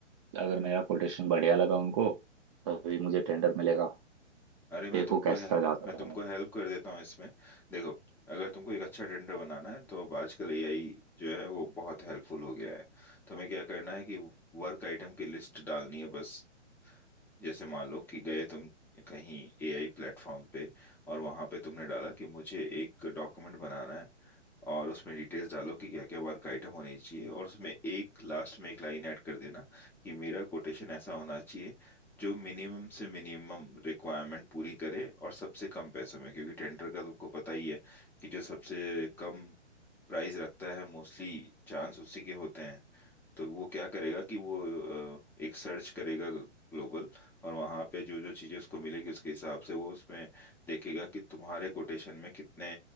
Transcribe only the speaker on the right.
अगर मेरा कोटेशन बढ़िया लगा उनको तभी मुझे टेंडर मिलेगा
देखो
कैसा
जाता